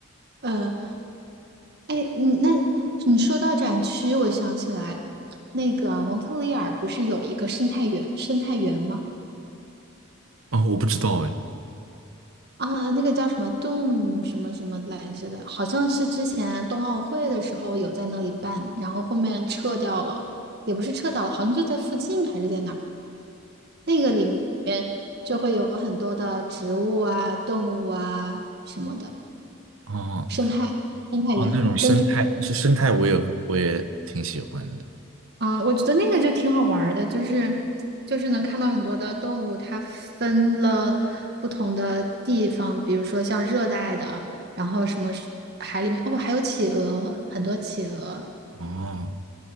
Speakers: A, on the right; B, on the right.
A: 呃，哎，你那你说到展区，我想起来，那个蒙特利尔不是有一个生态园生态园吗？
B: 哦，我不知道哎，
A: 啊，那个叫什么动什么什么来着的，好像是之前冬奥会的时候有在那里办，然后后面撤掉了，也不是撤掉了，好像就在附近还是在哪儿，那个里面就会有很多的植物啊、动物啊什么的
B: 哦
A: 生态生态园，
B: 哦，那种生态是生态，
A: 根据
B: 我也我也挺喜欢的。
A: 啊，我觉得那个就挺好玩儿的，就是就是能看到很多的动物，它分了不同的地方，比如说像热带的。然后什么哦，还有企鹅，很多企鹅，
B: 哦，